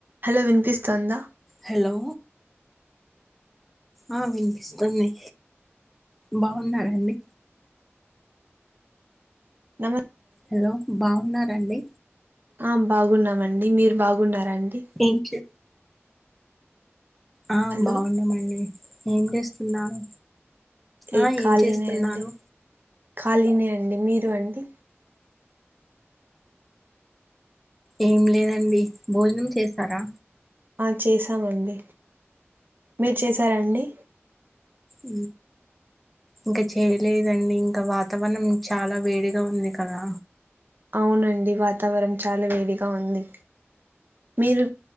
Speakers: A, on the right; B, in the centre.
A: Hello వినిపిస్తుందా
B: hello ఆ వినిపిస్తున్నయి బావున్నారండి
A: నమ
B: హలో బాగున్నారండి
A: ఆ బాగున్నామండి మీరు బాగున్నారండి
B: ఏం చే ఆ
A: హలో
B: బాగున్నామండి ఏం చేస్తున్నారు
A: ఏ
B: ఆ
A: ఖాళీనే
B: ఏం చేస్తున్నారు
A: అండి ఖాళీనే అండి మీరు అండి
B: ఏం లేదండి భోజనం చేసారా
A: ఆ చేసామండి మీరు చేశారా అండి
B: ఉ ఇంకా చేయలేదండి ఇంకా వాతావరణం చాలా వేడిగా ఉంది కదా
A: అవునండి వాతావరణం చాలా వేడిగా ఉంది మీరు